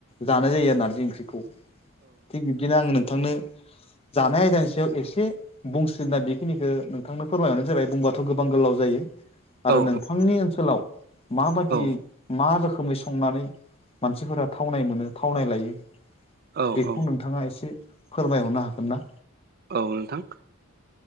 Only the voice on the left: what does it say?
जानाय जायो आरो नारजि ओंख्रिखौ थिग बिब्दिनो आङ नोंथांनो जानाय आयदानि सायाव एसे बुंसलिना बेखिनिखौो नोंथांनो फोरमायबरानो जाबाय बुंब थ' गोबां गोलाव जायो आरो
नोंथांनि ओनसोलाव माबादियै
मा रोखोमै संनानै मानसिफोरा थावनाय मोनो थावनाय लायो
बेखौ
नोंथाङा एसे फोरमायहरनो हागोन ना